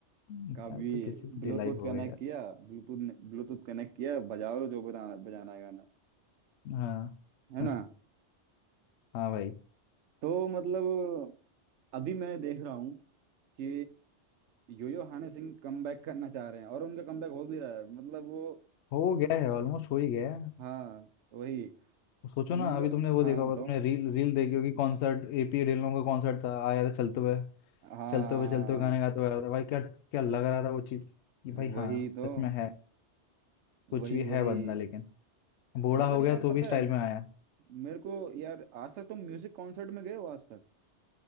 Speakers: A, on the left (about 75°); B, on the right (about 80°).
A: यार
B: कभी
A: तो किसी की
B: ब्लूटूथ
A: लाइफ हो
B: कनेक्ट
A: गई यार
B: किया ब्लूटूथ ब्लूटूथ कनेक्ट किया बजाओ जो बजाना बजाना है गाना
A: हाँ
B: है
A: <laughs>
B: ना
A: हाँ भाई
B: तो मतलब अभी मैं देख रहा हूँ कि योयो हनी सिंह कमबैक करना चाह रहे हैं और उनका कमबैक हो भी रहा है मतलब वो
A: हो गया है ऑलमोस्ट हो ही गया है
B: हाँ वही
A: सोचो ना
B: मगर
A: अभी तुमने वो
B: हाँ
A: देखा होगा
B: बताओ
A: तुमने रील रील देखी होगी कॉन्सर्ट एपी ढिल्लों का कॉन्सर्ट था आया था चलते हुए
B: हाँ
A: चलते हुए चलते हुए गाने गाते हुए आया था भाई क्या क्या लग रहा था वो चीज़ कि भाई
B: वही
A: हाँ
B: तो
A: सच में है कुछ
B: वही
A: भी है
B: वही
A: बंदा लेकिन बूढ़ा
B: मगर
A: हो गया
B: यार
A: तो
B: पता
A: भी स्टाइल
B: है
A: में आया
B: मेरे को यार आज तक तुम म्यूजिक कॉन्सर्ट में गए हो आज तक